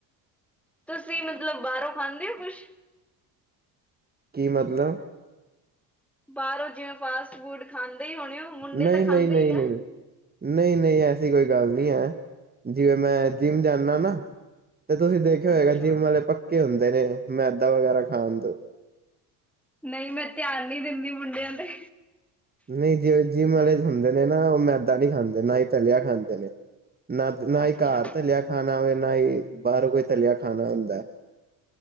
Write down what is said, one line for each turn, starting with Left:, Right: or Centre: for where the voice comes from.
Centre: ਤੁਸੀਂ ਮਤਲਬ ਬਾਹਰੋਂ ਖਾਂਦੇ ਹੋ ਕੁਛ।
Right: ਕੀ ਮਤਲਬ।
Centre: ਬਾਹਰੋਂ ਜਿਵੇਂ ਫਾਸਟ ਫੂਡ ਖਾਂਦੇ ਹੀ ਹੋਣੇ ਹੋ। ਮੁੰਡੇ
Right: ਨਹੀਂ
Centre: ਤਾਂ
Right: ਈ
Centre: ਖਾਂਦੇ
Right: ਨਹੀਂ ਈ ਨਹੀਂ
Centre: ਹੀ
Right: ਈ
Centre: ਆ
Right: ਨਹੀਂ ਈ ਨਹੀਂ ਈ ਨਹੀਂ ਈ ਐਸੀ ਕੋਈ ਗੱਲ ਨਹੀਂ ਹੈ ਜਿਵੇਂ ਮੈਂ ਜਿੰਮ ਜਾਂਨਾਂ ਨਾ ਤੇ ਤੁਸੀਂ ਦੇਖਿਆ
Centre: ਅੱਛਾ
Right: ਹੋਏ ਗਾ ਜਿਮ ਵਾਲੇ ਪੱਕੇ ਹੁੰਦੇ ਨੇ ਮੈਦਾ ਵਗੈਰਾ ਖਾਣ ਤੋਂ।
Centre: ਨਹੀਂ ਮੈਂ ਧਿਆਨ ਨਹੀਂ ਦਿੰਦੀ ਮੁੰਡਿਆਂ ਤੇ।
Right: ਨਹੀਂ ਈ ਜਿ ਜਿਮ ਵਾਲੇ ਹੁੰਦੇ ਨੇ ਨਾ ਉਹ ਮੈਦਾ ਨਹੀਂ ਈ ਖਾਂਦੇ ਨਾਂ ਹੀ ਤਲਿਆ ਖਾਂਦੇ ਨੇ। ਨਾਂ ਨਾਂ
Centre: ਅੱਛਾ
Right: ਹੀ ਘਰ ਤਲਿਆ ਖਾਣਾ ਹੋਵੇ ਨਾ ਹੀ ਬਾਹਰੋਂ ਕੋਈ ਤਲਿਆ ਖਾਣਾ ਹੁੰਦਾ।